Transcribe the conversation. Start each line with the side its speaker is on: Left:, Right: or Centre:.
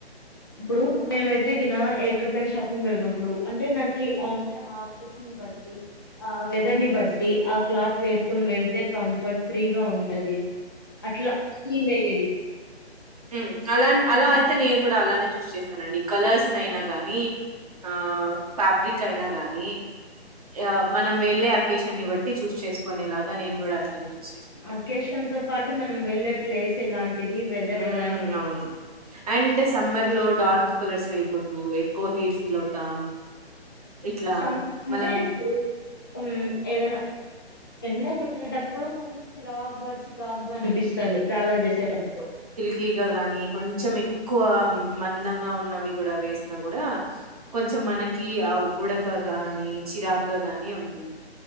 Left: ఇప్పుడు నేనయితే గిన ఎక్కడికైనా షాపింగ్ వెళ్ళినప్పుడు అంటే నాకి అంట అకేషన్ బట్టి ఆ వెదర్ ని బట్టి ఆ క్లాత్ వేసుకొని వెళ్తే కంఫర్ట్ ఫ్రీగా ఉంటది అట్లా ఫీల్ అయ్యేది
Right: ఉమ్ అలా అలా అయితే నేను కూడా అలానే చూస్ చేస్తానండి కలర్స్ నయినా గాని ఆ ఫ్యాబ్రిక్ అయినా గాని యా మనం వెళ్లే అకేషన్ ని బట్టి చూస్ చేసుకునేలాగా నేను కూడా అట్లనే చూస్ చేసుకు
Left: అకేషన్ తో పాటు మనం వెళ్లే ప్లేస్ ఎలాంటిది వెదర్
Right: హ్మ్.
Left: ఎలాంటి
Right: అవును అండ్ సమ్మర్ లో డార్క్ కలర్స్ వేయకూడదు ఎక్కువ హీట్ ఫీల్ అవుతాం ఇట్లా
Left: సమ్ అంటే
Right: మనం
Left: ఇప్పుడు ఉమ్ ఏదైనా ఎండకెళ్ళెటప్పుడు చిరాగ్గా చికాగ్గా అనిపిస్తది ట్రావెల్ చేసేటప్పుడు
Right: గీగానీ కొంచెం ఎక్కువ మందంగా ఉన్నవి కూడా వేసినా కూడా కొంచెం మనకి ఆ ఉడక గాని చిరాగ్గా గాని ఉంటుంది